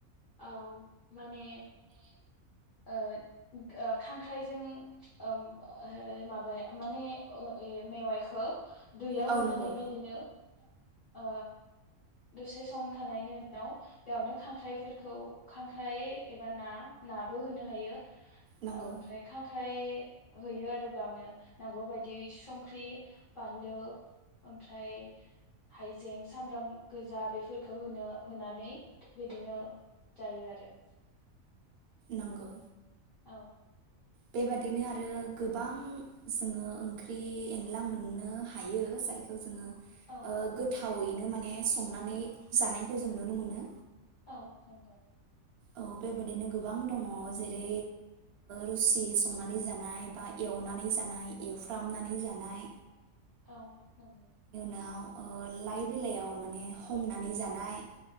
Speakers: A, on the left; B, on the right.
A: औ। माने ओ गोखांख्राइजों ओम बो ओ माबाया माने ओ ए मेवाइखौ दैयाव
B: औ
A: होनानै
B: नंगौ
A: बिदिनो ओ दसे सम थानायनि उनाव बेयावनो खांख्राइफोरखौ खांख्राइ एबा ना नाब बो होनो हायो।
B: नंगौ
A: ओमफ्राय खांख्राइ होयो आरो बेयावनो नांगौ बायदि संख्रि बानलु ओमफ्राय हायजें सामब्राम गोजा बेफोरखौ होनो होनानै बिदिनो जायो आरो।
B: नंगौ
A: औ
B: बेबादिनो आरो गोबां जोङो ओंख्रि एनला मोननो हायो जायखौ जोङो
A: औ
B: गोथावैनो
A: नंगौ
B: माने संनानै जानायखौ जों नुनो मोनो।
A: औ <unintelligible>
B: औ बेबायादिनो गोबां दङ, जेरै रुसि संनानै जानाय, बा एवनानै जानाय एवफ्रामनानै जानाय।
A: औ नंगौ।
B: आव औ लाइ बिलाइयाव माने हमनानै जानाय।